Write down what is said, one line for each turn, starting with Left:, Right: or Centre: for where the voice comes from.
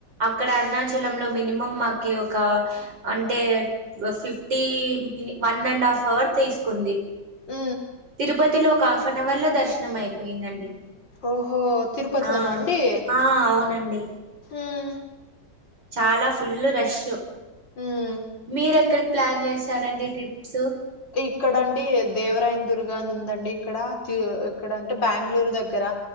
Right: అక్కడ అరుణాచల లో మినిమం మాకి ఒక. అంటే fifty one and half hour తీసుకుంది.
Left: ఆ.
Right: తిరుపతిలో ఒక హాఫ్ అన్ అవర్ లో దర్శనం అయిపోయిందండి.
Left: ఓహో తిరుపతిలోనా
Right: ఆ
Left: అండి
Right: ఆ అవునండి.
Left: ఉమ్
Right: చాలా ఫుల్ రష్
Left: ఉమ్
Right: మీరు ఎక్కడికి ప్లాన్ చేస్తారండి ట్రిప్స్.
Left: ఇక్కడండి దేవరాయన్ దుర్గా అని ఉందండి ఇక్కడ ఇక్కడ అంటే బెంగళూరు దగ్గర.